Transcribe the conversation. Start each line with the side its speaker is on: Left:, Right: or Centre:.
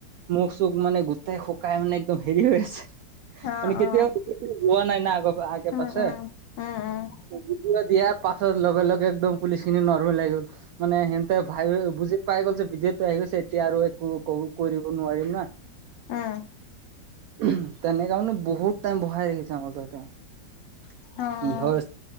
Right: মুখ চুখ মানে গোটাই শুকাই মানে একদম হেৰী হৈ আছে।
Left: অ',
Right: মানে কেতিয়াও
Left: অ',
Right: হোৱা নাই না আগ আগে
Left: উম,
Right: পাছে।
Left: উম, উম উম।
Right: ভিডিঅ' দিয়াৰ পাছত লগে লগে একদম পুলিচখিনি নৰ্মেল আহি গ'ল। মানে সিহঁতে ভাবি বুজি পাই গ'ল যে ভিডিঅ'টো আহি গৈছে এতিয়া আৰু একো ক কৰিব নোৱাৰিম না।
Left: উম।
Right: উমহ তেনেকা মানে বহুত টাইম বহাই ৰাখিছে আমাক তাতে।
Left: অ',
Right: কিহৰ